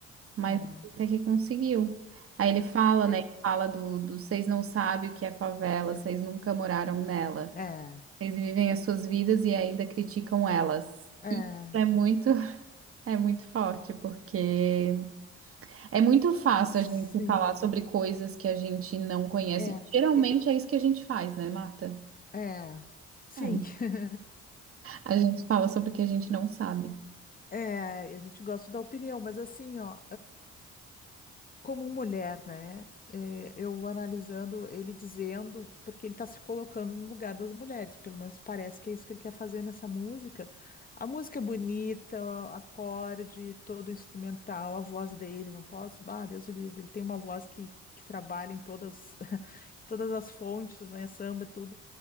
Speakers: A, on the right (about 40°); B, on the left (about 25°).
A: Mas
B: é,
A: até que conseguiu. Aí ele fala,
B: é,
A: né? Ele fala do, do vocês não sabem o que é favela, vocês nunca moraram nela.
B: é,
A: Eles vivem as suas vidas e ainda criticam elas.
B: é,
A: É muito, é muito forte, porque é muito fácil
B: sim,
A: a gente falar sobre coisas que a gente não conhece.
B: é,
A: Geralmente
B: e-
A: é isso que a gente faz, né, Marta?
B: é, sim,
A: É.
B: <laughs>
A: A gente fala sobre o que a gente não sabe.
B: é. A gente gosta da opinião, mas assim, ó, como mulher, né? É, eu analisando ele dizendo, porque ele está se colocando no lugar das mulheres, pelo menos parece que é isso que ele quer fazer nessa música. A música é bonita, o acorde, todo o instrumental, a voz dele, não posso, ah, Deus o livre, ele tem uma voz que, que trabalha em todas, <laughs> todas as fontes, né? Samba, tudo.